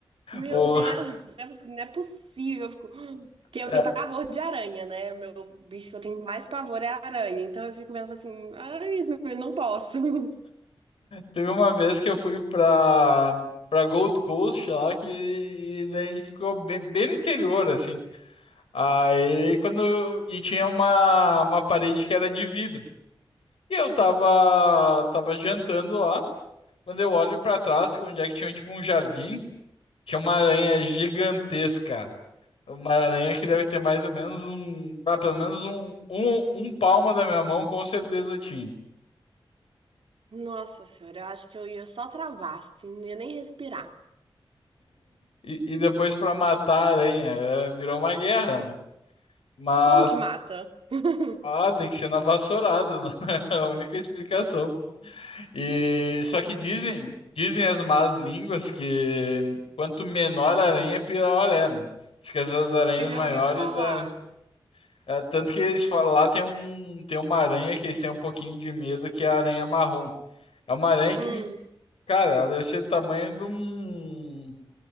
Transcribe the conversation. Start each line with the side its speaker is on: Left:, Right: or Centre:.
Right: meu
Left: O-
Right: Deus, eu, fico assim, não é possível. Eu fico... Que eu
Left: é,
Right: tenho pavor de aranha, né? O meu bicho que eu tenho mais pavor é a aranha. Então eu fico vendo assim, ai, não eu não posso. <laughs>
Left: teve uma vez que eu fui pra, pra Gold Coast lá, que e daí a gente ficou bem, bem no interior, assim. Aí quando. eu- E tinha uma, uma parede que era de vidro. E eu tava, tava jantando lá. Quando eu olho pra trás, que é onde é que tinha tipo um jardim, tinha uma aranha gigantesca. Uma aranha que deve ter mais ou menos um. ah, pelo menos um, um, um palmo da minha mão, com certeza tinha.
Right: Nossa senhora, eu acho que eu ia só travar, assim, não ia nem respirar.
Left: E, e depois pra matar a aranha, é, virou uma guerra, né? Mas,
Right: Como que mata? <laughs>
Left: ah, tem que ser na vassourada, né? <laughs> É a única explicação. E só que dizem, dizem as más línguas que quanto menor a aranha, pior é, né? Diz que essas aranhas
Right: Eu já
Left: maiores
Right: ouvi falar.
Left: é, é tanto que eles falam, lá tem um tem uma aranha que eles têm um pouquinho de medo que é a aranha marrom. É uma aranha que,
Right: Hum,
Left: cara, ela deve ser do tamanho de um